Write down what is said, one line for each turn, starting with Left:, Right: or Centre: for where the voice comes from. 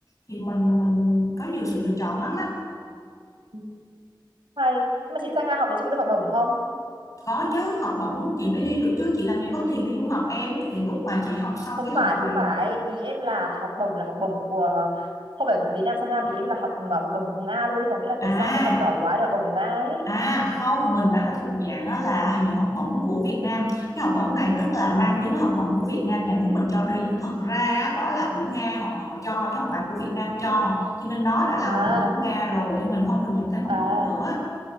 Left: thì mình mình có nhiều sự lựa chọn lắm á
Right: Ừ, hay nhưng mà chị sang Nga học thì chị có được học bổng không
Left: có chứ học bổng chị mới đi được chứ chị làm gì có tiền để du học em thì lúc mà chị học xong
Right: không
Left: cái học
Right: phải không
Left: kỳ
Right: phải ý em là học bổng là học bổng của không phải từ Việt Nam sang Nga mà ý em là học học bổng của Nga luôn đấy có nghĩa là
Left: à
Right: kiểu sang để học giỏi quá để học bổng của Nga ấy
Left: À không, mình đã là thuộc dạng á, là nhận học bổng của Việt Nam. Cái học bổng này tức là mang tiếng là học bổng của Việt Nam, nhà nước mình cho đi nhưng thật ra á, đó là của Nga họ họ cho chứ không phải của Việt Nam cho. Cho nên đó đã là
Right: À,
Left: học bổng của Nga rồi nhưng mình không được nhận thêm học
Right: à,
Left: bổng nữa.